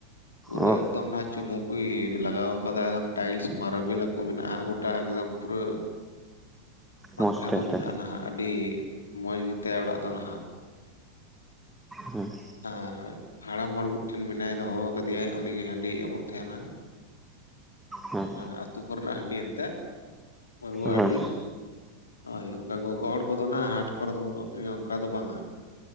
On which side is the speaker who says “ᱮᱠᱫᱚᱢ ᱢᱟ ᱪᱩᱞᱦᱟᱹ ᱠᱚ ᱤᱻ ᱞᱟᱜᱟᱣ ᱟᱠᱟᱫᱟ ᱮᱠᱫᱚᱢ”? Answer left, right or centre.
Left